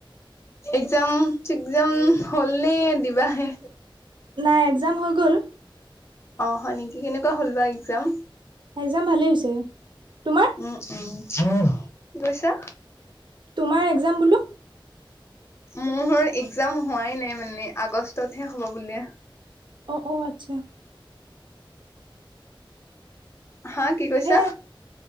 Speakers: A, on the left; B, on the right.
A: এক্জাম চেকজাম হ'ল নে দিবাহে।
B: নাই এক্জাম হৈ গ'ল।
A: অ' হয় নেকি কেনেকুৱা হ'ল বা এক্জাম।
B: যাম ভালেই হৈছে। তোমাৰ?
A: উম উম কি কৈছা।
B: তোমাৰ এক্জাম বোলো।
A: মোৰ এক্জাম হোৱাই নাই মানে আগষ্টতহে হ'ব বুলিয়।
B: অ', অ' আচ্ছা।
A: হা কি কৈছা?
B: হে